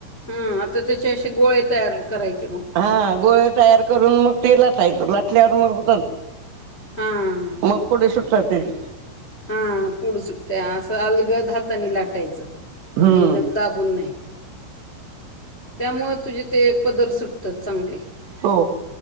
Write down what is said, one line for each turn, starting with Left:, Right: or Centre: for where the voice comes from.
Left: हा आता त्याचे असे गोळे तयार करायचे मग.
Right: हा गोळे तयार करून मग ते लाटायचं लाटल्यावर मग
Left: हा हा
Right: मग कोड सुटताय त्याचे
Left: हा पुढ सुटतंय असं अलगद हातानी लाटायचं
Right: हम्म
Left: एकदम दा बून नाही त्यामुळे तुझे ते पदर सुटतात चांगले.
Right: हो.